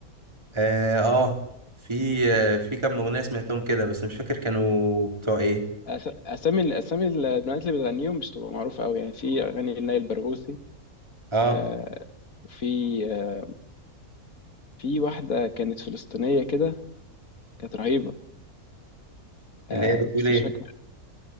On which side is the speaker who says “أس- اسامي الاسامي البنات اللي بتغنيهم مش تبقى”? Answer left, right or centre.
Left